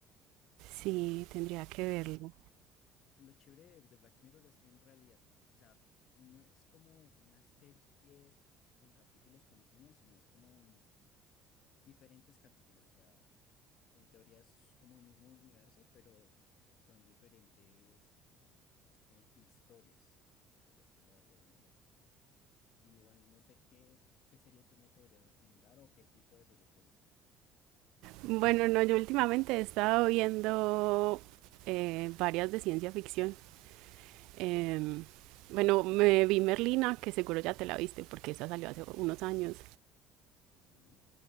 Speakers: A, on the right (about 80°); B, on the left (about 45°).
A: Sí, tendría que verlo.
B: Pues, Lo chévere de de Black Mirror es que en realidad, no- o sea, no es como una serie con capítulos continuos, sino es como diferentes capítulos. O sea, en teoría es como el mismo universo, pero son diferentes eh, historias, por decirlo de alguna manera. Y bueno, no sé qué, qué serie tú me podrías recomendar o qué tipo de series te gusta.
A: Bueno, no, yo últimamente he estado viendo eh, varias de ciencia ficción. Em, bueno, me vi Merlina, que seguro ya te la viste porque esa salió hace unos años.
B: Sí,